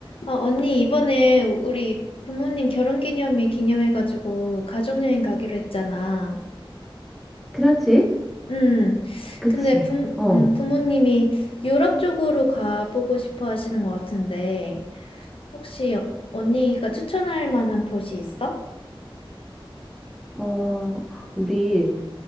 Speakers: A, on the left; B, in the centre.
A: 어, 언니, 이번에 우리 부모님 결혼 기념일 기념해가지고 가족여행 가기로 했잖아.
B: 그렇지?
A: 음,
B: 그치?
A: 근데 부,
B: 어,
A: 음, 부모님이 유럽 쪽으로 가보고 싶어 하시는 것 같은데, 혹시 어- 언니가 추천할 만한 도시 있어?
B: 어, 우리,